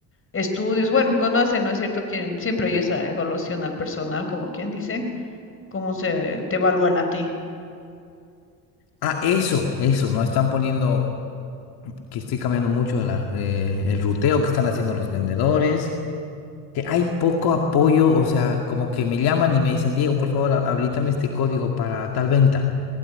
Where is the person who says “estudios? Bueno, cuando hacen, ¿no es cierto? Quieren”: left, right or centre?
Left